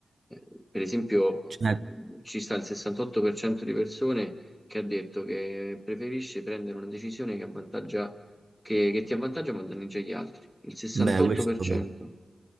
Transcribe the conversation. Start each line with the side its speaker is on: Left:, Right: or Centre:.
Centre: eh, per esempio
Right: Cioè,
Centre: ci sta il 68% di persone che ha detto che preferisce prendere una decisione che avvantaggia, che, che ti avvantaggia ma danneggia gli altri. Il 68%.
Right: beh, questo